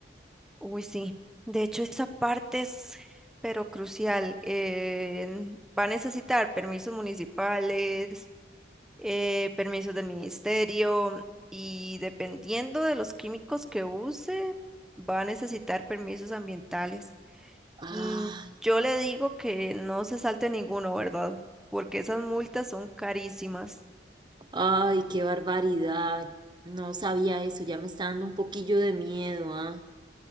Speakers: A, in the centre; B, on the right.
A: Uy, sí. De hecho, esa parte es, pero crucial. Eh, va a necesitar permisos municipales eh, permisos del ministerio y dependiendo de los químicos que use, va a necesitar permisos ambientales. Mm,
B: Ay,
A: yo le digo que no se salte ninguno, ¿verdad? Porque esas multas son carísimas.
B: ay, qué barbaridad. No sabía eso, ya me está dando un poquillo de miedo, ¿ah?